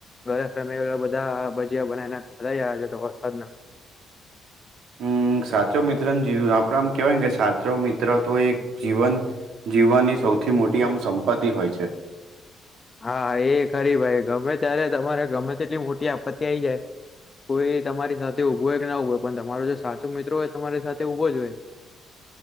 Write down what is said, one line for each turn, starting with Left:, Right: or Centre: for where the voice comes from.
Left: ઘરે ફેમિલી બધા ભજીયા બનાવીને ખાધયા તો વરસાદ ના.
Right: હમ્મ સાચો મિત્રને જીવ આપડે આમ કેવાય ને કે સાચો મિત્ર તો એક જીવન જીવવાની સૌથી મોટી આમ સંપત્તિ હોય છે.
Left: હા એ ખરી ભાઈ ગમે ત્યારે તમારે ગમે તેટલી મોટી આપત્તિ આઈ જાય કોઈ તમારી સાથે ઊભો હોય કે ના ઉભો પણ તમારો જે સાચો મિત્રો હોય તમારી સાથે ઊભો જ હોય.